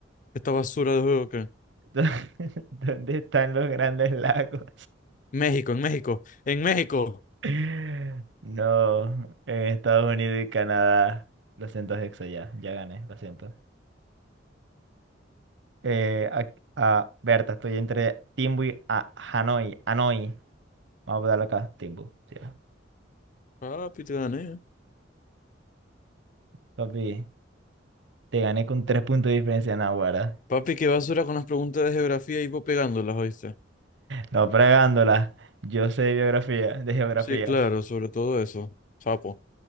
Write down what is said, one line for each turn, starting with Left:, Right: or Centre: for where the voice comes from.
Left: Esta basura de juego que.
Right: ¿Dó- <laughs> ¿Dónde están los grandes lagos?
Left: México, en México, en México.
Right: <laughs> No, en Estados Unidos y Canadá. Lo siento, Hexo, ya, ya gané, lo siento. Eh, a, a- Berta, estoy entre Timbu y a- Hanoi. Hanoi. Vamos a darlo acá, Timbu. sí. va.
Left: Papi, te gané.
Right: Papi, te gané con tres puntos de diferencia, Nahuara.
Left: Papi, qué basura con las preguntas de geografía y vos pegándolas, ¿oíste?
Right: No fregándola. Yo sé biografía, de geografía.
Left: Sí, claro, sobre todo eso. Sapo.